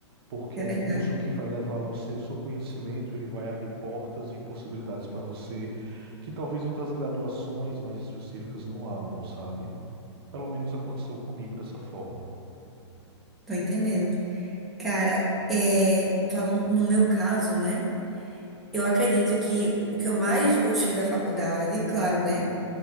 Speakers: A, on the right (about 50°); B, in the centre.
A: porque é
B: É
A: um
B: verdade.
A: curso que vai levar você, o seu conhecimento, ele vai abrir portas e possibilidades para você que talvez outras graduações mais específicas não abram, sabe? Pelo menos aconteceu comigo dessa forma.
B: Tô entendendo. Cara, é, falando no meu caso, né? Eu acredito que o que eu mais gostei da faculdade, claro, né?